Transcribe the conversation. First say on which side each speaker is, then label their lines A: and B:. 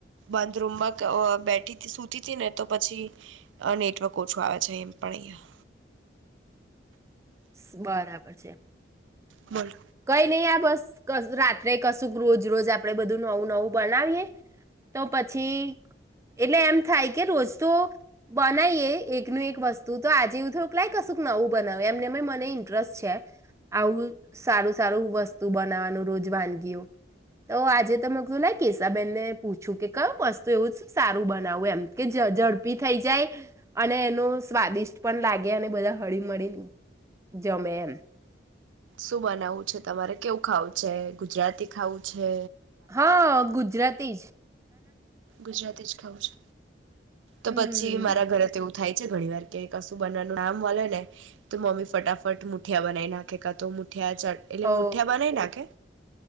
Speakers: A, on the right (about 85°); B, on the right (about 15°).
A: બંધ રૂમમાં ક અહ બેઠી સુતી તી ને તો પછી અહ નેટવર્ક ઓછું આવે છે એમ પણ અહીયાં.
B: સ બરાબર છે.
A: બોલ.
B: કંઈ નહી આ બસ કશ રાત્રે કશુંક રોજ-રોજ આપણેે બધું નવું-નવું બનાવીએ, તો પછી એટલે એમ થાય કે રોજ તો બનાઈએ એકનું એક વસ્તુ, તો આજે એવું થયું લાઇ કશુંક નવું બનાવે એમનેમ એય મનેય ઇન્ટરેસ્ટ છે આવું સારું-સારું વસ્તુ બનાવવાનું રોજ વાનગીઓ. તો આજે તો મે કીધું લાઈ કેશાબેનને પૂછું કે કા વસ્તુ એવું શું સારું બનાવું એમ, કે ઝ ઝડપી થઈ જાય અને એનું સ્વાદિષ્ટ પણ લાગે, અને બધા હળીમળીન જમે એમ.
A: શું બનાવું છે તમારે, કેવું ખાવું છે, ગુજરાતી ખાવું છે
B: હા ગુજરાતી જ.
A: ગુજરાતી જ ખાઉં છે.
B: હમ
A: તો પછી મારા ઘરે તે એવું થાય છે ઘણી વાર કે કશું બનવાનું નામ મલે ને તો મમ્મી ફટાફટ મુઠિયા બનાવી નાખે, કા તો મુ મુઠિયા ચડ એટલે
B: હો
A: મુઠિયા બનાઈ નાખે